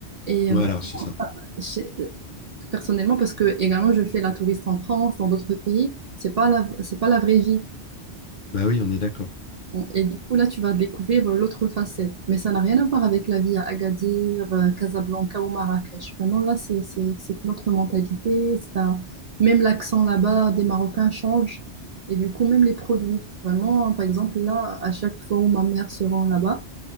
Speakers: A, on the right; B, on the left.
A: Et
B: Voilà,
A: ouais,
B: c'est ça.
A: j'ai- euh, personnellement, parce que également, je fais la touriste en France, dans d'autres pays, c'est pas la, c'est pas la vraie vie.
B: Bah oui, on est d'accord.
A: Bon, Et du coup, là, tu vas découvrir euh, l'autre facette. Mais ça n'a rien à voir avec la vie à Agadir, euh, Casablanca ou Marrakech. Vraiment, là, c'est c'est- c'est une autre mentalité. C'est un... Même l'accent là-bas des Marocains change. Et du coup, même les produits. Vraiment, par exemple, là, à chaque fois où ma mère se rend là-bas,